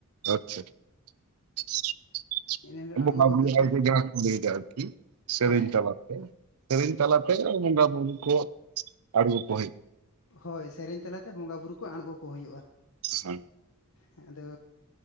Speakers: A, on the right (about 75°); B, on the left (about 65°).
A: ᱟᱪᱪᱷᱟ <inaudible> <unintelligible>
B: ᱮᱱ ᱦᱤᱞᱳᱜ ᱟᱬᱜᱚ ᱠᱟᱛᱮᱫ ᱛᱟᱦᱚᱞᱮ
A: ᱡᱟᱦᱟᱸ ᱠᱚ ᱞᱟᱹᱭᱫᱟ ᱟᱨ ᱠᱤ ᱥᱮᱨᱮᱧ
B: ᱦᱮᱸ
A: ᱛᱟᱞᱟ ᱛᱮ ᱥᱮᱨᱮᱧ ᱛᱟᱞᱟᱛᱮ ᱵᱚᱸᱜᱟ ᱵᱩᱨᱩ ᱠᱚ ᱟᱬᱜᱚ ᱠᱚ ᱦᱩᱭᱩᱜ
B: ᱦᱳᱭ ᱥᱮᱨᱮᱧ ᱛᱟᱞᱟ ᱛᱮ ᱵᱚᱸᱜᱟ ᱵᱩᱨᱩ ᱠᱚ ᱟᱬᱜᱚ ᱠᱚ ᱦᱩᱭᱩᱜᱼᱟ
A: ᱦᱮᱸ
B: ᱦᱮᱸ ᱟᱫᱚ